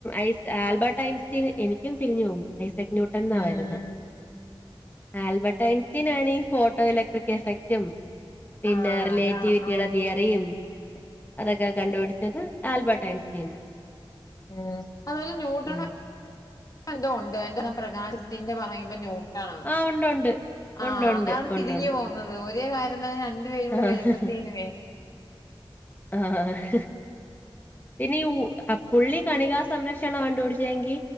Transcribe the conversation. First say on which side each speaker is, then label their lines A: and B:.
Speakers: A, on the left; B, on the left.
A: ഐസ് ആൽബർട്ട് ഐൻസ്റ്റീൻ എനിക്കും തിരിഞ്ഞു പോവും ഐസക് ന്യൂ ട്ടൻ ന്നാ
B: ഉം
A: വരുന്നേ ആൽബർട്ട് ഐൻസ്റ്റീൻ ആണീ ഫോട്ടോ ഇലക്ട്രിക് എഫക് റ്റും പിന്നെ
B: ആഹ്
A: റിലേറ്റീവിറ്റിയുടെ
B: അതാ ആഹ്
A: തിയ റിയും അതൊക്കെ കണ്ടുപിടിച്ചത് ആൽബർട്ട് ഐൻസ്റ്റീന
B: ഉം അതുപോലെ ന്യൂട്ടനും
A: ഉം
B: എന്തോ ഉണ്ട് എന്തനം പ്രകാശത്തിന്റെ പറയുമ്പം ന്യൂ കണാ
A: ആ ഉണ്ട് ഉണ്ട്
B: ആഹ്
A: ഉണ്ട് ഉണ്ട്
B: അതാണ് തിരിഞ്ഞ്
A: ഉണ്ട് ഉണ്ട്
B: പോ കുന്നത് ഒരേ കാര്യം രണ്ടു പേരും കൂടെ
A: ആ
B: വരുമ്പോത്തേനുവേ
A: ആഹ് പിന്നെ ഊ അ പുള്ളി കണികാ സംരക്ഷണം കണ്ട്പടിച്ചെങ്കി